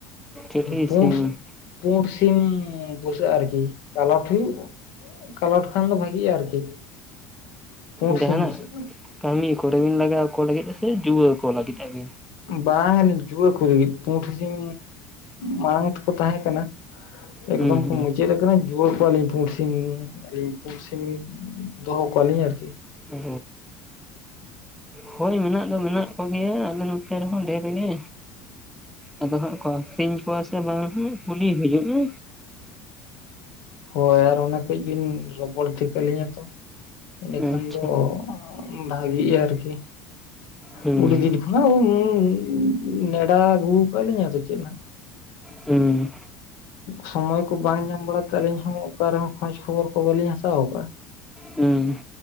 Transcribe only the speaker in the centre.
ᱪᱤᱞᱤ
ᱥᱤᱢ
ᱡᱟᱸᱦᱟᱱᱟᱜ
ᱠᱟᱹᱢᱤ ᱠᱚᱨᱮ ᱵᱤᱱ ᱞᱟᱜᱟᱣ ᱠᱚ ᱞᱟᱹᱜᱤᱫ ᱟ ᱥᱮ ᱡᱩᱣᱟᱹ ᱠᱚ ᱞᱟᱹᱜᱤᱫ ᱟᱹᱵᱤᱱ?
ᱦᱩᱸ
ᱦᱩᱸ
ᱚ ᱦᱳᱭ ᱢᱮᱱᱟᱜ ᱫᱚ ᱢᱮᱱᱟᱜ ᱠᱚᱜᱮᱭᱟ ᱟᱞᱮ ᱱᱚᱛᱮ ᱨᱮᱦᱚᱸ ᱰᱷᱮᱨ ᱜᱮ ᱟᱫᱚ ᱦᱟᱸᱜ ᱠᱚ ᱟᱹᱠᱷᱨᱤᱧ ᱠᱚᱣᱟ ᱥᱮ ᱵᱟᱝ ᱦᱟᱸᱜ ᱠᱩᱞᱤ ᱦᱩᱭᱩᱜᱼᱟ
ᱟᱪᱪᱷᱟ
ᱦᱩᱸ
ᱦᱩᱸ
ᱦᱩᱸ